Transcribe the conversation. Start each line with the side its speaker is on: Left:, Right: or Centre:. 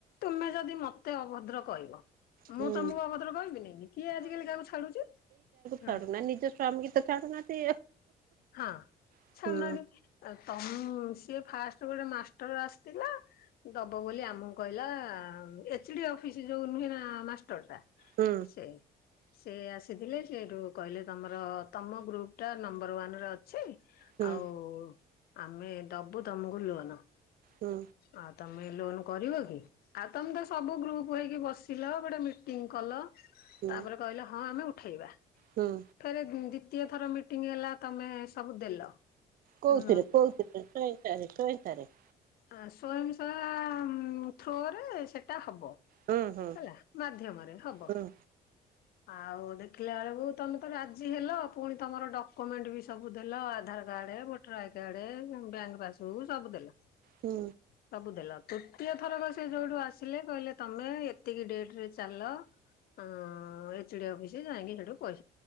Left: ତୁମେ ଯଦି ମତେ ଅଭଦ୍ର କହିବ
Right: ହୁଁ
Left: ମୁଁ ତମକୁ ଅଭଦ୍ର କହିବିନିି କିଏ ଆଜିକାଲି କାହାକୁ ଛାଡୁଛି।
Right: ଛାଡୁ
Left: ହୁଁ
Right: ନା ନିଜ ସ୍ୱାମୀ ତ ଛାଡୁନାହାନ୍ତି।
Left: ହଁ
Right: ହୁଁ
Left: ଛାଡୁନାହାନ୍ତି ତମ ସିଏ ଫାଷ୍ଟ ଗୋଟେ ମାଷ୍ଟର ଆସିଥିଲା ଦବ ବୋଲି ଆମକୁ କହିଲା ଏଚ ଡି ଅଫିସ ଯୋଉ ନୁହେଁ ନା ମାଷ୍ଟର ଟା।
Right: ହୁଁ
Left: ସେ ସେ ଆସିଥିଲେ ସେଠୁ କହିଲେ ତମର ତମ ଗ୍ରୁପ ଟା ନମ୍ବର ୱାନରେ ଅ ଅଛି
Right: ହୁଁ
Left: ଆଉ ଆମେ ଦବୁ ତମକୁ ଲୋନ?
Right: ହୁଁ।
Left: ଆଉ ତମେ ଲୋନ କରିବ କି ଆଉ ତମେ ତ ସବୁ ଗ୍ରୁପ ହେଇକି ବସିଲ ଗୋଟେ ମିଟିଂ କଲ
Right: ହୁଁ
Left: ତାପରେ କହିଲେ ହଁ ଆମେ ଉଠେଇବା।
Right: ହୁଁ
Left: ଥରେ ଦି ଦିତୀୟ ଥର ମିଟିଙ୍ଗ ହେଲା ତମେ ସବୁ ଦେଲ।
Right: କୋଉଥିରେ
Left: ଉଁ
Right: କୋଉଥିରେ କେଇଁ ଟାରେ କେଇ ଟାରେ
Left: ଆ ସ୍ଵୟଂସବା ଥ୍ରୋରେ ସେଟା ହବ।
Right: ହୁଁ ହୁଁ
Left: ହେଲା ମାଧ୍ୟମରେ ହବ।
Right: ହୁଁ
Left: ଆଉ ଦେଖିଲା ବେଳକୁ ତମେ ତ ରାଜି ହେଲ ପୁଣି ତମର ଡକୁମେଣ୍ଟ ବି ସବୁ ଦେଲ Aadhaar card voter I card bank passbook ସବୁ ଦେଲ।
Right: ହୁଁ।
Left: ସବୁ ତୃତୀୟ ଥର ସେ ଯୋଉଠୁ ଆସିଲେ କହିଲେ ତମେ ଏତିକି ଡେଟ ରେ ଚାଲ ଅ ଏ ଚି ଡି ଅଫିସ ଯାଇକି ସେଠୁ ପଇ